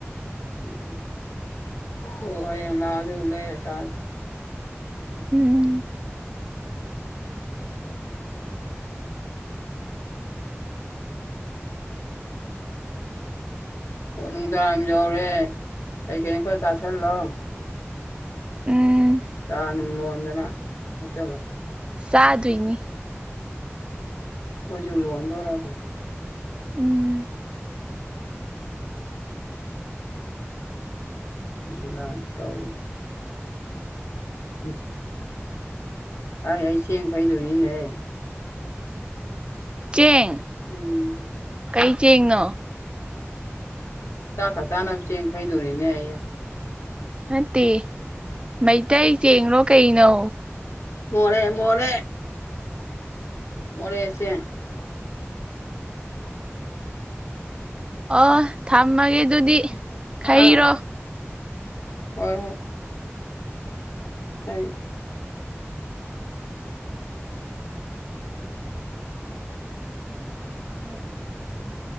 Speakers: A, on the left; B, on the right.
A: ꯎꯝ ꯍꯣ ꯍꯌꯦꯡ ꯂꯥꯛꯑꯣ ꯑꯗꯨꯒ ꯂꯩꯔ ꯆꯥ
B: ꯎꯝ
A: ꯍꯣ ꯅꯨꯡꯗꯥꯡꯋꯥꯏꯔꯝ ꯌꯧꯔꯦ ꯀꯩ ꯀꯩꯅꯣ ꯈꯔꯥ ꯆꯥꯁꯤꯜꯂꯣ꯫
B: ꯎꯝ
A: ꯆꯥ ꯅꯨꯡ ꯂꯣꯟꯗꯅ ꯊꯛꯆꯤꯜꯂꯣ
B: ꯆꯥꯗꯨꯏꯅꯤ
A: ꯈꯣꯏꯁꯨ ꯂꯣꯟꯗꯣꯔꯕꯅꯤ
B: ꯎꯝ
A: <unintelligible> ꯇꯧꯔꯤꯁꯦ ꯎꯝ ꯑꯥꯏ ꯑꯩ ꯆꯦꯡ ꯈꯩꯗꯣꯏꯅꯤꯅꯦ
B: ꯆꯦꯡ
A: ꯎꯝ
B: ꯀꯩ ꯆꯦꯡꯅꯣ
A: ꯆꯥꯛꯀ ꯆꯥꯅꯕ ꯆꯦꯡ ꯈꯩꯗꯣꯔꯤꯅꯦ ꯑꯩꯌꯦ
B: ꯅꯠꯇꯦ ꯃꯩꯇꯩ ꯆꯦꯡꯂꯣ ꯀꯩꯅꯣ
A: ꯃꯣꯔꯦ ꯃꯣꯔꯦ ꯃꯣꯔꯦ ꯆꯦꯡ
B: ꯑꯣ ꯊꯝꯃꯒꯦ ꯑꯗꯨꯗꯤ
A: ꯑꯥ
B: ꯈꯩꯔꯣ
A: ꯍꯣꯏ ꯍꯣꯏ <unintelligible>
B: ꯊꯝꯃꯣ ꯀꯃꯥꯏ ꯊꯝꯗꯣꯏꯅꯣ